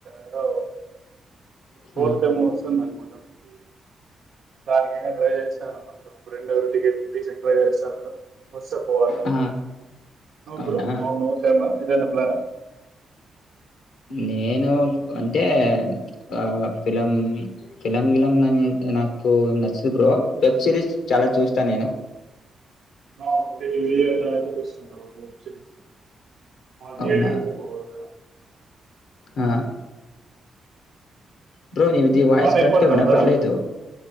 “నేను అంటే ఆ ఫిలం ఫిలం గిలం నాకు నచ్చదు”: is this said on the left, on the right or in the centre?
Left